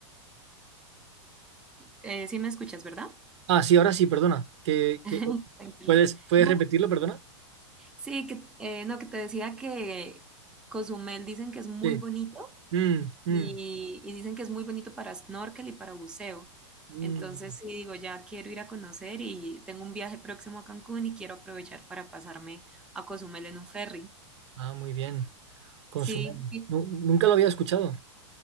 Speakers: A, in the centre; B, on the right.
A: Eh, sí me escuchas, ¿verdad?
B: Ah, sí, ahora sí, perdona. que
A: <laughs>
B: que
A: Tranquila.
B: puedes puedes
A: No,
B: repetirlo, perdona?
A: sí, que, eh, no, que te decía que Cozumel dicen que es muy
B: Sí.
A: bonito,
B: Mm, mm,
A: Y, y dicen que es muy bonito para snorkel y para buceo.
B: mm.
A: Entonces, sí, digo, ya quiero ir a conocer y tengo un viaje próximo a Cancún y quiero aprovechar para pasarme a Cozumel en un ferry.
B: Ah, muy bien. Consumé.
A: Sí, y
B: Nu- nunca lo había escuchado.